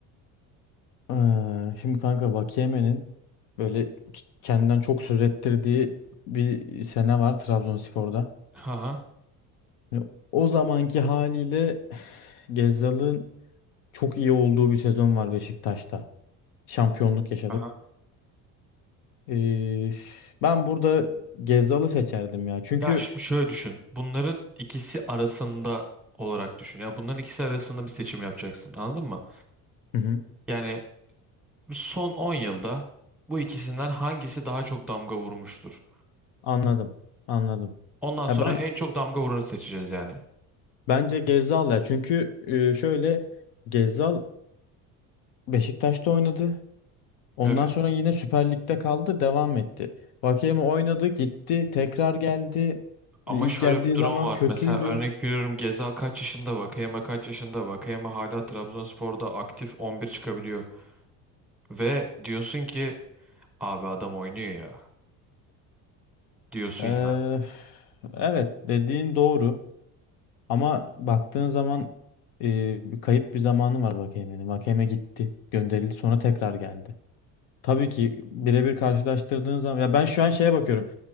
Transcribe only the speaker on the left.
Ee, şimdi kanka Vakiyeme'nin böyle kendinden çok söz ettirdiği bir sene var Trabzonspor'da.
Şimdi o zamanki haliyle <sighs> Gezzal'ın çok iyi olduğu bir sezon var Beşiktaş'ta. Şampiyonluk yaşadık.
Ee, <sighs> ben burada Gezzal'ı seçerdim ya. Çünkü
Hı hı,
anladım. Anladım.
Ya ben
Bence Gezzal ya. Çünkü e, şöyle Gezzal Beşiktaş'ta oynadı. Ondan
sonra yine Süper Lig'de kaldı, devam etti. Vakeme oynadı, gitti, tekrar geldi.
İlk
geldiği
zaman
kötüydü.
Ee,
evet, dediğin doğru. Ama baktığın zaman e, bir kayıp bir zamanı var Vakeme'nin. Vakeme gitti, gönderildi, sonra tekrar geldi. Tabii ki birebir karşılaştırdığın zaman ya ben şu an şeye bakıyorum.